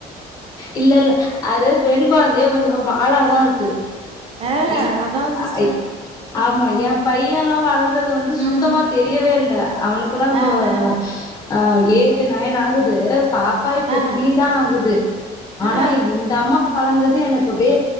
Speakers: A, on the left; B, on the right.
A: இல்ல இல்ல அது பெண் கொழந்தயே கொஞ்சோ வாலாதா இருக்கு
B: ஆ
A: இ
B: அதா சிஸ்டர்
A: அ அ ஆ இ ஆமா ஏ பையல்லா வளந்தது வந்து சுத்தமா
B: ம்
A: தெரியவே இல்ல அவனுகெல்லா இப்ப
B: ஆ ஆ
A: ஆ ஏஜ் நயன் ஆகுது பாப் டை இப்ப
B: ஆ
A: த்ரீ தா ஆகுது ஆனா
B: ஆ
A: இந்த அம்மா க்கு வளந்தது எனக்கு அப்டே